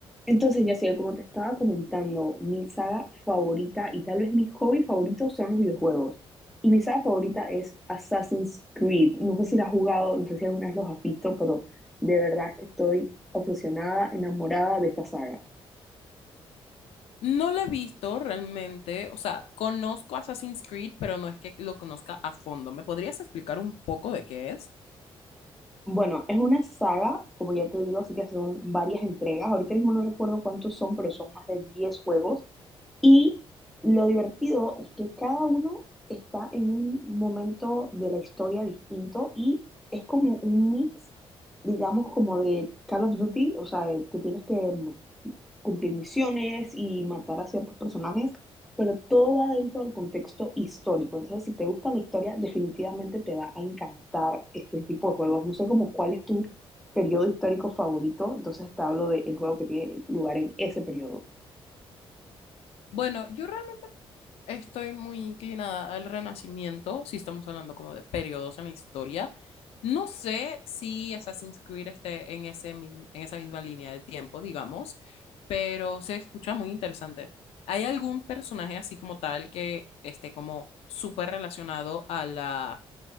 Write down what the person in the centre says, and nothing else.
Entonces, Yaciel, como te estaba comentando, mi saga favorita y tal vez mi hobby favorito son los videojuegos. Y mi saga favorita es Assassin's Creed. No sé si la has jugado, no sé si alguna vez los has visto, pero de verdad que estoy obsesionada, enamorada de esta saga.
Bueno, es una saga, como ya te digo, así que son varias entregas. Ahorita mismo no recuerdo cuántos son, pero son más de 10 juegos. Y lo divertido es que cada uno está en un momento de la historia distinto y es como un mix, digamos, como de Call of Duty, o sea, de que tienes que mm, cumplir misiones y matar a ciertos personajes, pero todo va dentro del contexto histórico. Entonces, si te gusta la historia, definitivamente te va a encantar este tipo de juegos. No sé como cuál es tu periodo histórico favorito, entonces te hablo del juego que tiene lugar en ese periodo.